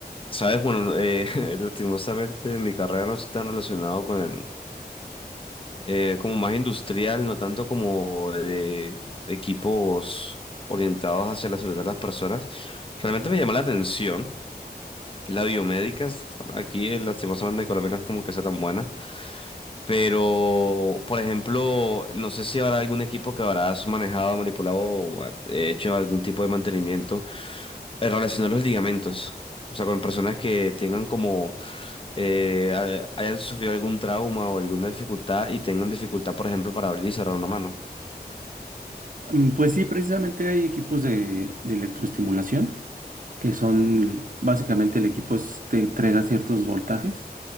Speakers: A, on the left; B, on the right.
A: Sabes, bueno, eh, <laughs> lastimosamente mi carrera no está tan relacionado con el, eh, como más industrial, no tanto como de equipos orientados hacia la salud de las personas. Realmente me llama la atención la biomédica, aquí eh, lastimosamente en Colombia no es como que sea tan buena. Pero, por ejemplo, no sé si habrá algún equipo que habrás manejado, manipulado o ha- eh, hecho algún tipo de mantenimiento eh, relacionado a los ligamentos. O sea, con personas que tengan como, eh, ha- hayan sufrido algún trauma o alguna dificultad y tengan dificultad, por ejemplo, para abrir y cerrar una mano.
B: Mm, Pues sí, precisamente hay equipos de, de electroestimulación, que son básicamente el equipo es- te entrega ciertos voltajes